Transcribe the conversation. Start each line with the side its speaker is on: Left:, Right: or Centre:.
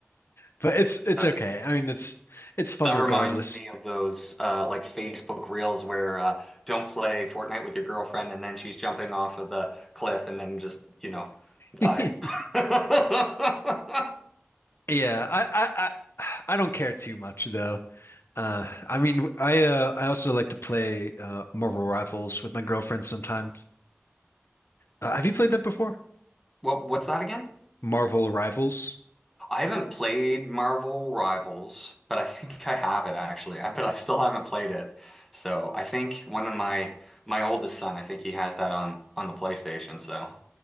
Left: But it's it's
Centre: Uh,
Left: okay. I mean it's it's fun
Centre: that
Left: regardless.
Centre: reminds me of those uh, like Facebook Reels where uh, don't play Fortnite with your girlfriend, and then she's jumping off of the cliff and then just, you know, dies.
Left: <laughs>
Centre: <laughs>
Left: Yeah, I I I, I don't care too much though. Uh, I mean, I uh, I also like to play uh, Marvel Rivals with my girlfriend sometimes. Uh, have you played that before?
Centre: What what's that again?
Left: Marvel Rivals.
Centre: I haven't played Marvel Rivals, but I <laughs> think I have it actually. I, but I still haven't played it. So I think one of my my oldest son, I think he has that on on the PlayStation. So.